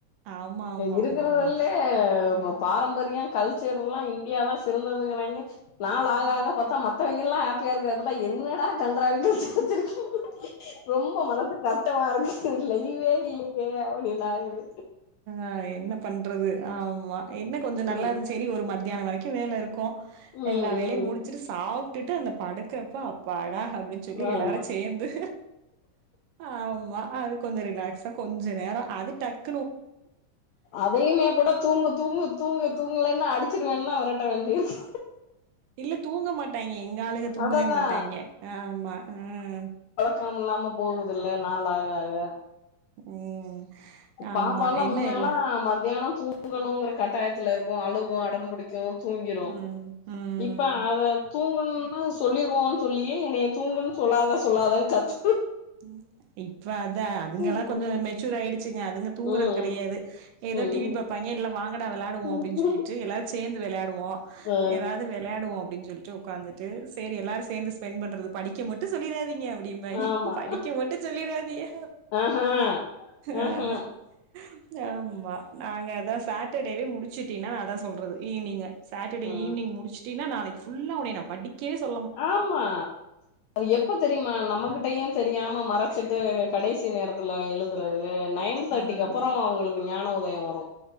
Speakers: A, on the right; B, on the left.
A: ஆமா, ஆமா,
B: இருக்கறதல்லே
A: ஆமா, ஆமா.
B: பாரம்பரிய கல்ச்செர்ல்லா இன்டியாலா சிறந்ததுங்றாங்கெ நாள் ஆக ஆக பாத்தா மத்தவெங்கெல்லா ஹாப்பியா இருக்க பாத்தா என்னடா கன்றாவி <unintelligible> ரொம்ப மனசு கஷ்டமா இருக்கு இல்ல ஈவே இல்லயே அப்டின்னாகுது
A: ஆஹ் என்ன பண்றது ஆமா என்ன கொஞ்சோ
B: ம்
A: நல்லாருந் சேரி ஒரு ம த்தியானம் வரைக்கும் வேல இருக்கும்
B: ம்
A: எல்லா வேலயும்
B: ம்
A: முடிச்சிட்டு சாப் ட்டு அந்த பாடுக் கறப்ப அப்பாடா அப்டின் சொல்லி
B: ஆமா
A: எல்லாரு சேந்து ஆமா அது கொஞ்சோ ரிலாக்ஸா கொஞ்ச நேரம் அது டக்
B: அதேயுமே கூட தூங்கு தூங்கு தூங்கு தூங்கெலன்னா அடிச்சிருவேன்ல வெரட்ட வேண்டிருக்கு
A: இல்ல தூங்க மாட்டாங்கே எங்க ஆளுகெ தூங்கவே
B: அததா
A: மாட்டாங்கே ஆம்மா ஆஹ்
B: ம்லாமலா <unintelligible> போகுதல்ல நாள் ஆக ஆக
A: ம் ஆமா
B: பாப்பால்லா
A: என்ன
B: முன்னெல்லா
A: இல்ல
B: மத்தியானம் தூங்கணுங்கற கட்டாயத்துல இருக்கு அழுவும் அடம்புடிக்கும் தூங்கிரும்
A: ம் ம்
B: இப்ப அத தூங்கணுன் னு சொல்லிருவோன்னு சொல்லியே என்னைய தூங்குன் சொல்லாதே சொல்லாதேன்னு கத்து
A: ம் இப்ப அத அதுங்கெல்லா
B: ம்
A: கொஞ்சோ மெச்சூர் ஆய்டிச்சிங்க அதுங்க தூங்குறது
B: ம்
A: கெடையாது ஏதோ
B: ம்
A: டி வி பாப்பாங்கெ இல்ல வாங்கடா வெளாடுவோம்
B: ம்
A: அப்டின் சொல்லிட்டு எல்லாரு சேந்து வெளையாட் டுவோம்
B: ஆ
A: ஏதாவது வெளையாடுவோம் அப்டின் சொல்லிட் ட்டு ஒக்காந்துட்டு சேரி எல்லாரு சேந்து ஸ்பெண்ட் பண்றது படிக்க மட்டும் சொல்லிறாதிங்க அப்டிம்பாங்கெ
B: ஆமா
A: படிக்க மட்டு சொல்லிறாதிங்க
B: ஆஹா
A: ஆஹ்
B: ஆஹா
A: ஆம்மா நாங்க அதான் சாட்டர்டேவே முடிச் சிட்டினா அதான் சொல்றது இ நீங்க சாட்டர்டே
B: ஆ
A: ஈவ்னிங் முடிச்டீனா நாளக் ஃபுல்லா உன்னெயெ நா படிக்கவே சொல்
B: ஆம்மா எப்ப தெரியுமா நம்மகிட்டயும் தெரியாம மறச்சிட்டு கடைசி நேரத்துல எழுதுறது நைன் தேர்ட்டிக்கு
A: ம்.
B: அப்புறம் அவுங்களுக்கு ஞான உதயம் வரும்